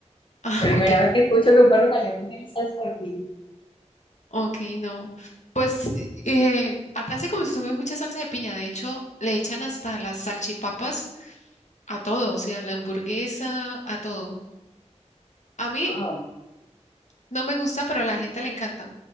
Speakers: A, on the left; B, on the left.
A: Ah,
B: Primera
A: ok.
B: vez que escucho que un perro caliente tiene salsa de piña.
A: Ok, no. Pues eh, acá se consume mucha salsa de piña. De hecho, le echan hasta las salchipapas a todo, o sea, la hamburguesa, a todo. A mí
B: Wow.
A: no me gusta, pero a la gente le encanta.